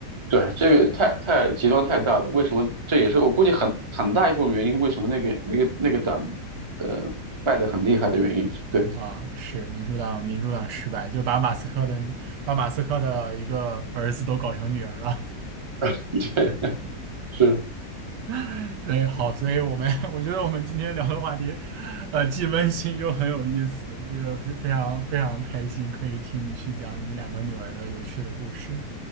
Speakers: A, on the right; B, on the right.
A: 对，这个太太极端太大了。为什么？这也是我估计很很大一部分原因，为什么那个那个那个党，呃，败得很厉害的原因。对
B: 啊，是民主党，民主党失败，就把马斯克的把马斯克的一个儿子都搞成女儿了。
A: <laughs> 对，是。
B: <laughs> 对，好，所以我们 <laughs> 我觉得我们今天聊的话题，呃，既温馨又很有意思，这个非非常非常开心，可以听你去讲你两个女儿的有趣的故事。